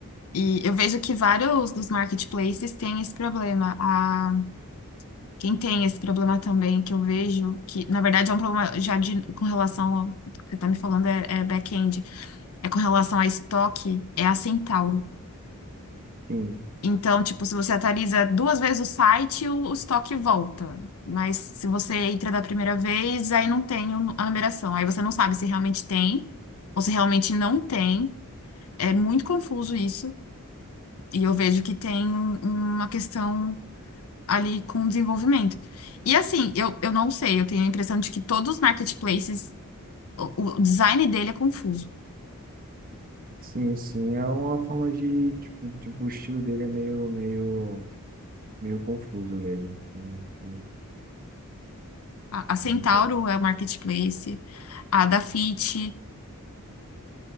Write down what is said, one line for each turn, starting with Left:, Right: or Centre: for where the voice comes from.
Left: E eu vejo que vários dos marketplaces têm esse problema. A, quem tem esse problema também, que eu vejo, que na verdade é um problema já de, com relação ao o que você está me falando, é, é back-end, é com relação a estoque, é a Centauro.
Right: Sim.
Left: Então, tipo, se você atualiza duas vezes o site, o, o estoque volta. Mas se você entra da primeira vez, aí não tem o- a numeração. Aí você não sabe se realmente tem ou se realmente não tem. É muito confuso isso. E eu vejo que tem um- uma questão ali com o desenvolvimento. E assim, eu, eu não sei, eu tenho a impressão de que todos os marketplaces, o, o design dele é confuso.
Right: Sim, sim, é uma forma de, tipo, tipo, o estilo dele é meio, meio, meio confuso mesmo, não, não-
Left: A, a Centauro
Right: não entendo.
Left: é o marketplace, a da Fit.